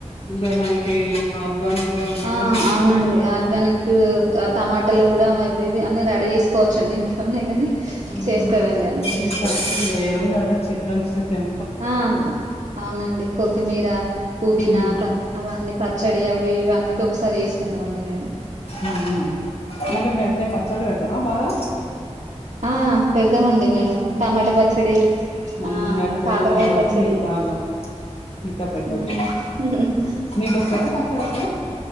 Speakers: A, on the left; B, on the right.
A: ఇంకా మనకి ఉమ్ ఆర్గానిక్ గా ఉన్నట్టు
B: ఆ
A: ఉంటాది
B: అవునండి
A: అసలు
B: ఆర్గానిక్ టమాటాలు కూడా ఇవివి అన్ని రెడీ చేస్ కోచండి ఇంట్లోనే కాని
A: ఉంటుంది
B: చేస్తాదండి అన్ని
A: నేను
B: చేస్తాది
A: హ్యాపీగా ఏ రోజు ఆ రోజు చెట్లు లో నుంచి తెం
B: ఆ అవునండి కొత్తిమీర పుదీనా
A: ఉమ్
B: ప అవన్నీ పచ్చడి అవి ఇవన్నీ వన్ వీక్ కి ఒకసారి చేసుకుంటాం అండి మేము
A: ఉమ్
B: హ్మ్.
A: అంటే మీ అత్తయ పచ్చలు పెడతారా బాగా
B: ఆ పెడతామండి మేము టమాట పచ్చడి
A: ఉమ్
B: ఆ
A: మీ అత్తయ్య
B: కాకరకాయ
A: ఉన్నారు కాబట్టి
B: పచ్చడి
A: మీకు బాగా ఇంకా పెట్టొచ్చు
B: ఉమ్ ఉహు
A: మీకు వస్తదా
B: ఆ
A: పచ్చడి పెట్టడం